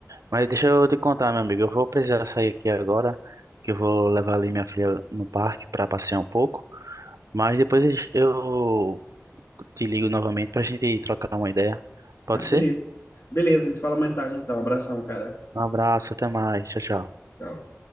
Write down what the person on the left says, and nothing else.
Ah, beleza.
Beleza, a gente se fala mais tarde então. Abração, cara.
Tchau.